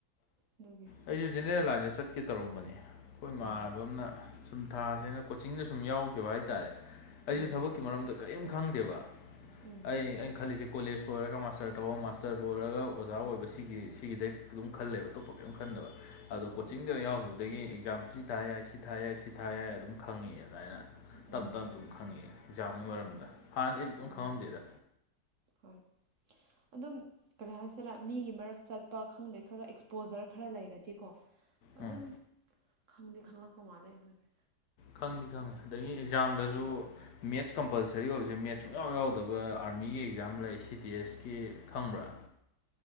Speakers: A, on the right; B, on the left.
A: ꯑꯗꯨꯒꯤ
B: ꯑꯩꯁꯨ ꯖꯦꯅꯦꯔꯦꯜ ꯂꯥꯏꯟꯗ ꯆꯠꯀꯦ ꯇꯧꯔꯝꯕꯅꯤ ꯑꯩꯈꯣꯏ ꯏꯃꯥꯟꯅꯕ
A: ꯑꯣ
B: ꯑꯃꯅ ꯁꯨꯝ ꯊꯥꯁꯦꯅ ꯀꯣꯆꯤꯡꯗ ꯁꯨꯝ ꯌꯥꯎꯈꯤꯕ ꯍꯥꯏꯇꯥꯔꯦ ꯑꯩꯁꯨ
A: ꯎꯝ
B: ꯊꯕꯛꯀꯤ ꯃꯔꯝꯗ ꯀꯔꯤꯝ ꯈꯪꯗꯦꯕ
A: ꯎꯝ
B: ꯑꯩ ꯑꯩꯅ ꯈꯜꯂꯤꯁꯦ ꯀꯣꯂꯦꯖ ꯂꯣꯏꯔꯒ ꯃꯥꯁꯇꯔ ꯇꯧꯕ ꯃꯥꯁꯇꯔ ꯂꯣꯏꯔꯒ ꯑꯣꯖꯥ ꯑꯣꯏꯕ ꯁꯤꯒꯤ ꯁꯤꯒꯤꯗ ꯑꯗꯨꯝ ꯈꯜꯂꯦꯕ ꯑꯇꯣꯞꯄ ꯀꯔꯤꯝ ꯈꯟꯗꯕ ꯑꯗꯣ
A: ꯑꯣ
B: ꯀꯣꯆꯤꯡꯗ ꯌꯥꯎꯈꯤꯕ ꯑꯗꯒꯤ ꯑꯦꯛꯖꯥꯝ ꯁꯤ ꯊꯥ ꯌꯥꯏ ꯁꯤ ꯊꯥ ꯌꯥꯏ ꯁꯤ ꯊꯥ ꯌꯥꯏ ꯑꯗꯨꯝ ꯈꯪꯉꯦ ꯑꯗꯨꯃꯥꯏꯅ
A: ꯎꯝ
B: ꯇꯞ ꯇꯞ ꯑꯗꯨꯝ ꯈꯪꯉꯛꯑꯦ ꯑꯦꯛꯖꯥꯝꯒꯤ ꯃꯔꯝꯗ ꯍꯥꯟꯅꯗꯤ ꯑꯩꯁꯨ ꯀꯩꯝ
A: ꯑꯣ
B: ꯈꯪꯉꯝꯗꯦꯗ
A: ꯍꯣꯏ ꯑꯗꯨꯝ ꯀꯔꯤ ꯍꯥꯏꯁꯤꯔ ꯃꯤꯒꯤ ꯃꯔꯛ ꯆꯠꯄ ꯈꯪꯗꯦ ꯈꯔ ꯑꯦꯛꯁꯄꯣꯖꯔ ꯈꯔ ꯂꯩꯔꯗꯤꯀꯣ ꯑꯗꯨꯝ
B: ꯎꯝ
A: ꯈꯪꯗꯤ ꯈꯪꯂꯛꯄ ꯃꯥꯜꯂꯦ ꯑꯩꯈꯣꯏꯁꯦ
B: ꯈꯪꯗꯤ ꯈꯪꯉꯦ ꯑꯗꯒꯤ ꯑꯦꯛꯖꯥꯝꯗꯁꯨ ꯃꯦꯠꯁ ꯀꯝꯄꯜꯁꯔꯤ ꯑꯣꯏꯕꯁꯦ ꯃꯦꯠꯁ ꯁꯨꯡꯛꯌꯥ ꯌꯥꯎꯗꯕ ꯑꯥꯔꯃꯤꯒꯤ ꯑꯦꯛꯖꯥꯝ ꯂꯩ ꯁꯤ ꯇꯤ ꯑꯦꯁ ꯀꯤ ꯈꯪꯕ꯭ꯔꯥ